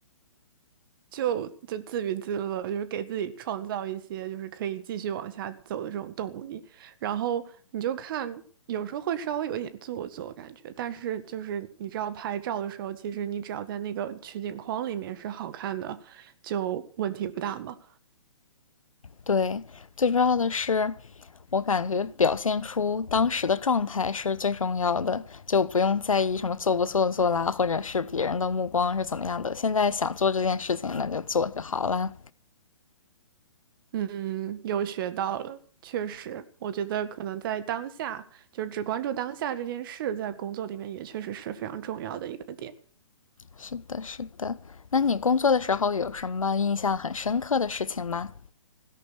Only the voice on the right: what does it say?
就就自娱自乐，就是给自己创造一些就是可以继续往下走的这种动力。然后你就看，有时候会稍微有一点做作感觉，但是就是你知道拍照的时候，其实你只要在那个取景框里面是好看的，就问题不大嘛。
嗯，又学到了，确实，我觉得可能在当下，就是只关注当下这件事，在工作里面也确实是非常重要的一个点。